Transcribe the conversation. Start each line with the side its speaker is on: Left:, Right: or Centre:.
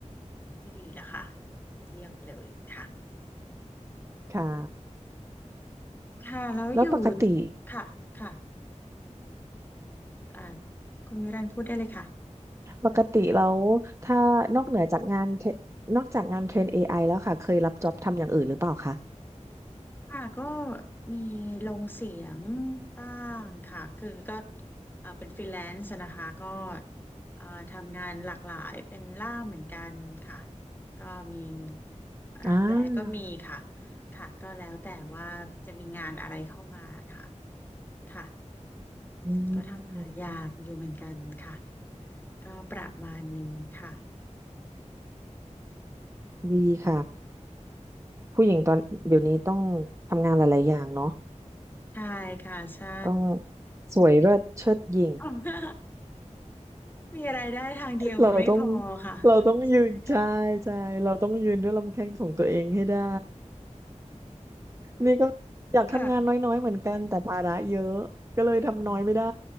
Left: ที่ดีแล้วค่ะเยี่ยมไปเลยค่ะ
Right: <laughs> ค่ะ
Left: ค่ะ แล้วอยู่
Right: แล้วปกติ
Left: ค่ะ ค่ะอ่าคุณมิรันพูดได้เลยค่ะ
Right: ปกติแล้วถ้านอกเหนือจากงานเทรนอกจากงานเทรน AI แล้วค่ะเคยรับจ็อบทำอย่างอื่นหรือเปล่าคะ
Left: ค่ะก็มีลงเสียงบ้างค่ะคือก็เอ่อเป็นฟรีแลนซ์นะคะก็เอ่อทำงานหลากหลายเป็นล่ามเหมือนกันค่ะก็มีรับแปลก็มีค่ะ
Right: อ่า
Left: ค่ะก็แล้วแต่ว่าจะมีงานอะไรเข้ามาค่ะค่ะ
Right: อื
Left: ก็ทำหลายอย่างอยู่เหมือนกันค่ะ
Right: ม
Left: ก็ประมาณนี้ค่ะ
Right: ดีค่ะผู้หญิงตอนเดี๋ยวนี้ต้องทำงานหลายๆอย่างเนาะ
Left: ใช่ค่ะใช่
Right: ต้องสวยเลิศเชิดหยิ่ง
Left: มี <laughs> มีรายได้ทางเดียวมันไม่พอค่ะ
Right: เราต้องเราต้องยืนใช่ใช่เราต้องยืนด้วยลำแข้งของตัวเองให้ได้
Left: ใช่ค่ะ
Right: นี่ก็อยากทำงานน้อยๆเหมือนกันแต่ภาระเยอะก็เลยทำน้อยไม่ได้
Left: ค่ะอืม